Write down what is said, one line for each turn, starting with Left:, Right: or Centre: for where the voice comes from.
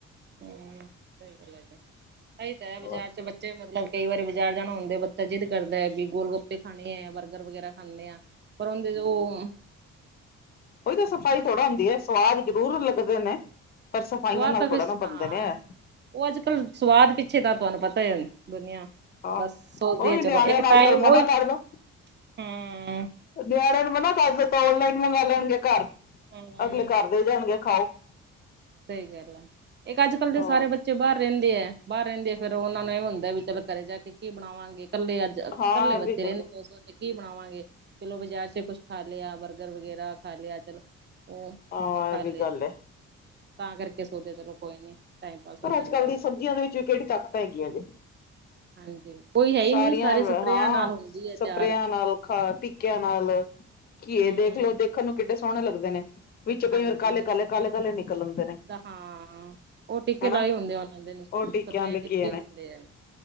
Right: ਹਮ ਸਹੀ ਗੱਲ ਹੈ, ਸਹੀ ਤਾਂ ਹੈ ਬਾਜ਼ਾਰ
Left: ਹੋਰ
Right: ਚ ਬੱਚੇ ਮਤਲਬ ਕਈ ਵਾਰੀ ਚਾਰ ਜਾਣਾ ਹੁੰਦੇ ਬੱਚਾ ਜਿੱਦ ਕਰਦਾ ਹੈ ਗੋਲ ਗੱਪੇ ਖਾਣੇ ਐ ਬਰਗਰ ਵਗੈਰਾ ਖਾਂਣੇ ਆ। ਪਰ ਉਹਦੇ ਚ ਔਹ
Left: ਉਹੀ ਤਾਂ ਸਫ਼ਾਈ ਥੋੜਾ ਹੁੰਦੀ ਹੈ, ਸਵਾਦ ਜ਼ਰੂਰ ਲੱਗਦੇ ਨੇ। ਪਰ ਸਫਾਈਆਂ
Right: ਸਵਾਦ
Left: ਨਾਲ
Right: ਤਾਂ
Left: ਥੋੜ੍ਹਾ
Right: ਫਿਰ
Left: ਨਾ ਬਣਦੇ
Right: ਹਾਂ
Left: ਨੇ ਐ।
Right: ਉਹ ਅੱਜ ਕੱਲ੍ਹ ਸਵਾਦ ਪਿੱਛੇ ਤਾਂ ਤੁਹਾਨੂੰ ਪਤਾ ਐ ਦੁਨੀਆਂ
Left: ਆਹ
Right: ਬਸ ਸੋਚਦੀ
Left: ਉਹੀ
Right: ਹੈ ਚਲੋ
Left: ਨਿਆਣਿਆਂ
Right: ਇੱਕ
Left: ਨੂੰ
Right: ਟਾਈਮ
Left: ਅੱਜ ਕੱਲ੍ਹ
Right: ਉਹੀ
Left: ਮਨਾ ਕਰਦੋ।
Right: ਹੂੰ
Left: ਨਿਆਣਿਆ ਮਨਾ ਕਰ ਦੋ, ਤਾਂ ਔਨਲਾਈਨ ਮੰਗਾ ਲੈਣਗੇ ਘਰ।
Right: ਹਮ, ਹਮ।
Left: ਇਹ ਘਰ ਦੇ ਜਾਣਗੇ ਖਾਓ।
Right: ਸਹੀ ਗੱਲ ਐ, ਇਹ ਅੱਜ ਕੱਲ੍ਹ ਦੇ
Left: ਹਾਂ
Right: ਸਾਰੇ ਬੱ ਬੱਚੇ ਬਾਹਰ ਰਹਿੰਦੇ ਆ, ਬਾਹਰ ਰਹਿੰਦੇ ਆ ਫੇਰ ਉਹਨਾ ਨੂੰ ਇਹ ਹੁੰਦਾ ਵੀ ਚੱਲ ਘਰੇ ਜਾ ਕੇ ਕੀ ਬਣਾਵਾਂਗੇ, ਇਕੱਲੇ ਅੱਜ
Left: ਹਾਂ
Right: ਕੱਲੇ
Left: ਇਹ
Right: ਬੱਚੇ
Left: ਵੀ ਗੱਲ
Right: ਰਹਿੰਦੇ
Left: ਹੈ,
Right: ਦ ਸੋਚ, ਸੋਚ ਕੇ ਕੀ ਬਣਾਵਾਂਗੇ ਚਲੋ ਬਾਜ਼ਾਰ ਚ ਚ ਕੁਛ ਖਾ ਲਿਆ ਬਰਗਰ ਵਗੈਰਾ ਖਾ ਲਿਆ ਚਲੋ। ਉਹ
Left: ਆ
Right: ਖਾ
Left: ਵੀ
Right: ਲਿਆ
Left: ਗੱਲ ਐ।
Right: ਤਾਂ ਕਰਕੇ ਸੋਚਦੇ ਆ ਚਲੋ ਕੋਈ ਨੀ। ਟਾਈਮ ਪਾਸ
Left: ਪਰ
Right: ਹੋ ਜਾਂਦਾ
Left: ਅੱਜ ਕੱਲ ਦੀਆਂ
Right: ਹੁਣ
Left: ਸਬਜ਼ੀਆਂ ਦੇ ਵਿੱਚ ਵੀ ਕਿਹੜੀ ਤਾਕਤ ਹੈਗੀਆਂ ਹਜੇ।
Right: ਹਾਂਜੀ। ਕੋਈ ਹੈ ਹੀ
Left: ਸਾਰੀਆਂ
Right: ਨਹੀਂ ਸਾਰੇ ਸਪਰੇਆਂ
Left: ਹਾਂ
Right: ਨਾਲ ਹੁੰਦੀ ਹੈ
Left: ਸਪਰੇਆਂ
Right: ਤਿਆਰ
Left: ਨਾਲ ਖਾ ਟੀਕਿਆਂ ਨਾਲ ਕੀਏ
Right: ਹੂੰ
Left: ਦੇਖਲੋ ਦੇਖਣ ਨੂੰ ਕਿੱਡੇ ਸੋਹਣੇ ਲੱਗਦੇ ਨੇ ਵਿੱਚੋਂ ਕਈ
Right: ਹਾਂਜੀ,
Left: ਵਾਰ ਕਾਲੇ ਕਾਲੇ ਕਾਲੇ ਕਾਲੇ ਨਿਕਲ ਆਂਦੇ ਨੇ
Right: ਹਾਂ ਉਹ ਟੀਕੇ
Left: ਹਨਾ
Right: ਲਾਏ ਹੁੰਦੇ ਉਹਨਾਂ ਦੇ ਨੇ।
Left: ਉਹ ਟੀਕਿਆਂ
Right: ਸਪਰੇਅ
Left: ਆਲੇ
Right: ਕੀਤੀ
Left: ਘੀਏ ਨੇ
Right: ਹੁੰਦੀ ਐ,